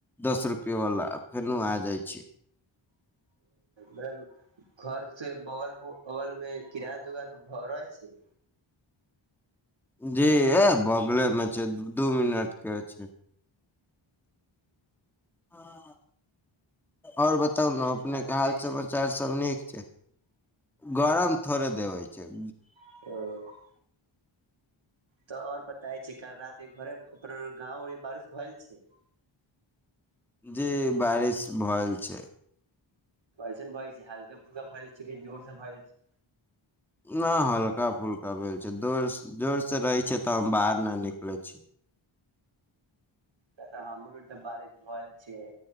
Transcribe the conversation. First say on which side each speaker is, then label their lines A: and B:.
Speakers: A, in the centre; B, on the right.
A: दस रुपए बला फेनो आ जाइ छी
B: म घर से बगल अगल में किराना दोकान पर भऽ रहल छै
A: जी ए बगले में छै दू मिनट के छै हँ ओर बताउ ने
B: ठण्डी
A: अपनेके हाल
B: दै छै
A: समाचार सब नीक छै गरम थोड़े देवय छै
B: ह तऽ और बताय छै काल रात घरे अपन गांव बारिश भे लयछै
A: जी बारिश भय छै
B: कइसन भऽ रहल छै? हल्का-फुल्का भेल छै, जोर नइ छै।
A: नइ हल्का-फुल्का भेल छै। जँ जोर-जोरसँ रहत, तँ हम बाहर नहि निकलैत छी। अ।
B: त तऽ हमर एइजा बारिश भऽ छय